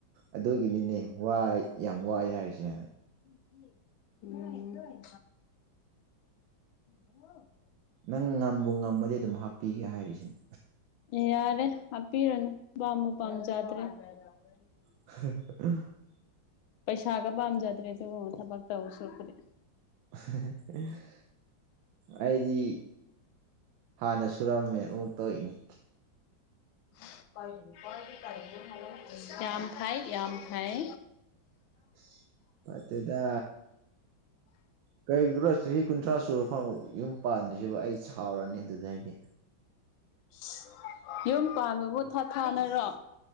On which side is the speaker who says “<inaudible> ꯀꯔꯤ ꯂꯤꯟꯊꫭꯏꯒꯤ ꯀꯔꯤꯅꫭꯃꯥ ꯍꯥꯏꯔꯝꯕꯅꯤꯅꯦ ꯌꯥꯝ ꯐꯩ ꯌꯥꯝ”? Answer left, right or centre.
Left